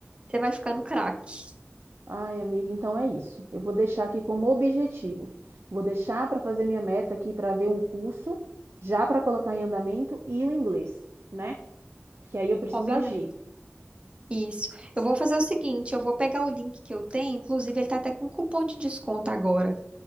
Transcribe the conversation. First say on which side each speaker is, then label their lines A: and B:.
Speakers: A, on the right; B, on the right.
A: você vai ficando craque.
B: Ai, amiga, então é isso. Eu vou deixar aqui como objetivo. Vou deixar para fazer minha meta aqui para ver um curso, já para colocar em andamento, e o inglês, né? Porque aí eu preciso
A: Combinado.
B: agir.
A: Isso. Eu vou fazer o seguinte, eu vou pegar o link que eu tenho, inclusive ele tá até com cupom de desconto agora.